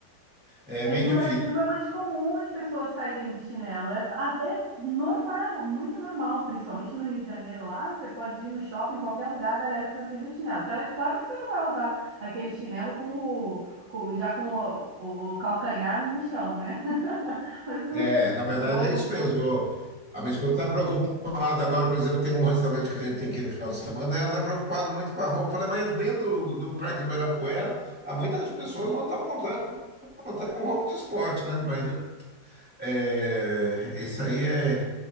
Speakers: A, in the centre; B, on the right (about 80°).
A: é
B: Mas
A: é meio
B: no Brasil
A: difícil.
B: é mais comum as pessoas saírem de chinelo. É, a- é normal, muito normal, principalmente no Rio de Janeiro lá. Você pode ir no shopping, em qualquer lugar, a galera tá sempre de chinelo. Cara, Claro que você não vai usar aquele chinelo com o, com- já com o, o calcanhar no chão, né? <laughs> Mas um
A: É,
B: chinelo
A: na verdade
B: novo.
A: é isso mesmo. Eu- a minha esposa está preocupada agora, por exemplo, tem um restaurante que a gente tem que ir no final de semana, daí ela está preocupada muito com a roupa. Eu Falei, mas dentro do, do Parque Ibirapuera, há muitas pessoas vão estar à vontade, vão estar com roupa de esporte, né? Mas É, isso aí é,